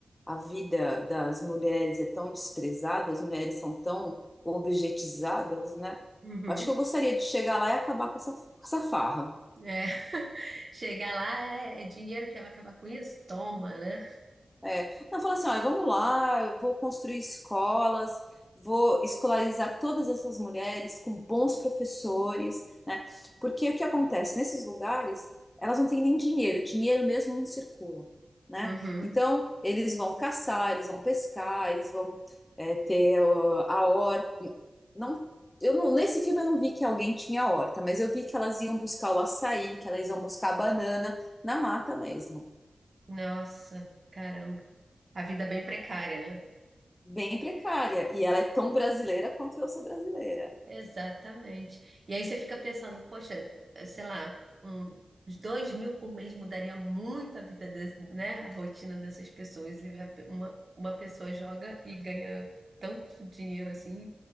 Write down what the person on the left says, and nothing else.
a vida das mulheres é tão desprezada, as mulheres são tão objetizadas, né?
Acho que eu gostaria de chegar lá e acabar com essa, com essa farra.
É, não, fala assim, olha, vamos lá, eu vou construir escolas, vou escolarizar todas essas mulheres com bons professores, né? Porque o que acontece? Nesses lugares, elas não têm nem dinheiro, dinheiro mesmo não circula, né?
Então, eles vão caçar, eles vão pescar, eles vão é, ter ó, a horta. Não, eu não, nesse filme eu não vi que alguém tinha horta, mas eu vi que elas iam buscar o açaí, que elas iam buscar a banana na mata mesmo.
bem precária. E ela é tão brasileira quanto eu sou brasileira.